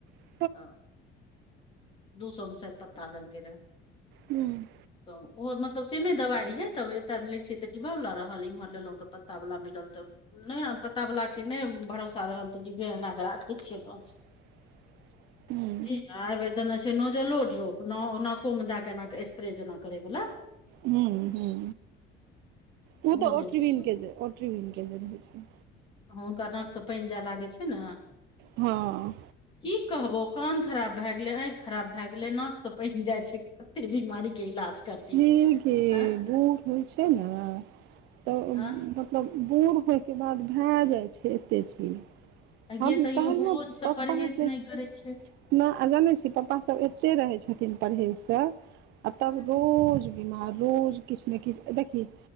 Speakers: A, on the right; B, on the left.
A: ह
B: ह दू सो मे सैत पत्ता देलकै रहए
A: हूँ
B: तऽ ओहो मतलब सेमे दवाइ रहिये तब एतय लै छियै तऽ डिबाव लला रहल इम्हर लेलहुँ तऽ प पता बाला मिलल तऽ नहि पता वला के नहि भरोसा रहल तऽ डिबे एना के राखे छियै अप स <unintelligible>
A: <inaudible> ह
B: ई एयेभैर देने छै नोजलोड्रोप न नाक को मे दए के एना स्प्रे जेना करे वाला
A: हूँ हूँ ओ
B: ओहो
A: तऽ ओट्रवन
B: दै छियै
A: केज ओट्रवन केजी रह छै
B: हु हुनका नाकसँ पानि जाय लागै छै ने
A: हँ
B: की कहबो कान खराब भए गेलै, आँखि खराब भए गेलै, नाकसँ पाइन जाइ छै तेरि मारी के इलाज करथिन
A: ह
B: आँ
A: बूढ़ होइ छै ने तऽ
B: आँ
A: <unintelligible> बूढ़ होइके बाद भए जाइ छै एतेक चीज
B: आ
A: हम
B: गे तैयो
A: कहने
B: भोज से
A: पप्पा
B: परहेज
A: के
B: नहि करै छै
A: न आ जाने छी पापा सब एते रहे छथिन परढ़ेज से, आ तब
B: हँ
A: रोज बीमार रोज किछु ने किछु देखि